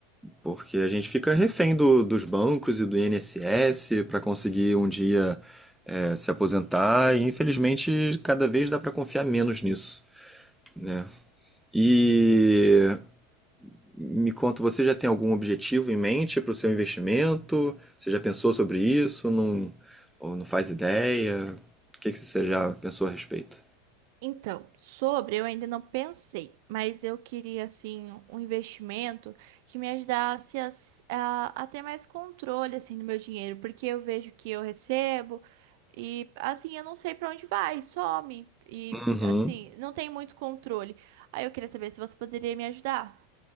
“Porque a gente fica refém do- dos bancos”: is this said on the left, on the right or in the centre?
Centre